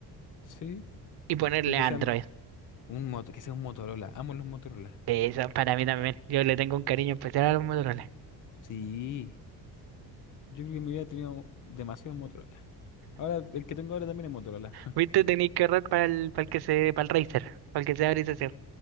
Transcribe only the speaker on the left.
Sí,
pero que
sea me- un moto, que sea un Motorola. Amo los Motorola.
Sí, yo creo que en mi vida he tenido demasiados Motorola. Ahora, el que tengo ahora también es Motorola.